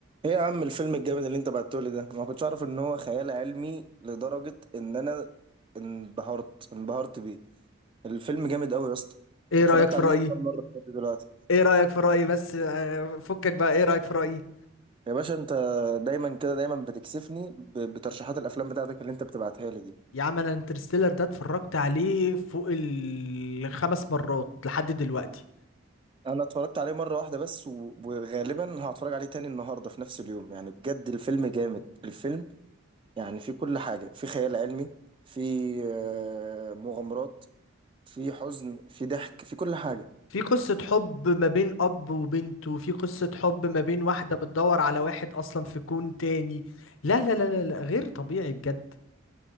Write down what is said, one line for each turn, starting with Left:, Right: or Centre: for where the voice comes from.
Right: ايه يا عم الفيلم الجامد اللي انت بعتهولي ده ما كنتش اعرف ان هو خيال علمي لدرجة ان انا انبهرت انبهرت بيه الفيلم جامد قوي يا اسطى انت
Left: ايه
Right: اتفرجت
Left: رأيك في
Right: عليه
Left: رأيي
Right: كام مرة لحد دلوقتي
Left: ايه رأيك في رأيي بس آه، فكك بقى ايه رأيك في رأيي
Right: يا باشا انت دايما كده دايما بتكسفني ب- بترشيحات الافلام بتاعتك اللي انت بتبعتها لي دي
Left: يا عم انا انترستيلر ده اتفرجت عليه فوق الخمس مرات لحد دلوقتي
Right: انا اتفرجت عليه مرة واحدة بس و- وغالبا هتفرج عليه تاني النهاردة في نفس اليوم يعني بجد الفيلم جامد الفيلم يعني فيه كل حاجة فيه خيال علمي فيه آه، مغامرات فيه حزن فيه ضحك فيه كل حاجة
Left: في قصة حب ما بين اب وبنت وفي قصة حب ما بين واحدة بتدور على واحد اصلا في كون تاني لا لا لا لا لا غير طبيعي بجد